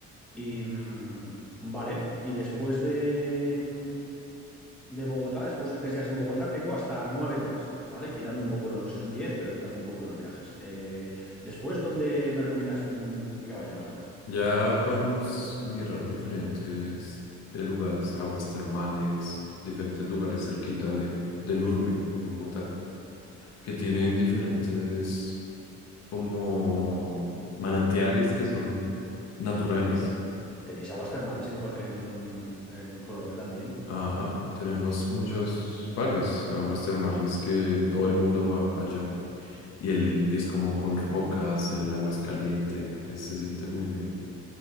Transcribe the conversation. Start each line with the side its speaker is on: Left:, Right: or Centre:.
Centre: Y mm, vale, y después de, mm, de Bogotá, después de tres días en Bogotá, tengo hasta nueve días, ¿vale? Quitando un poco los, son diez, pero quitando un poco los viajes. Eh, después, ¿dónde me recomiendas mm, que vaya mejor?
Left: Ya podemos mirar diferentes eh, lugares, aguas termales, diferentes lugares cerquita de, del urbe de Bogotá, que tienen diferentes como manantiales que son naturales.
Centre: ¿Tenéis, tenéis aguas termales en, Co- en en Colombia también?
Left: Ajá, tenemos muchas, varias aguas termales que todo el mundo va allá. Y, el, y es como con rocas, el agua es caliente, es- se siente muy bien.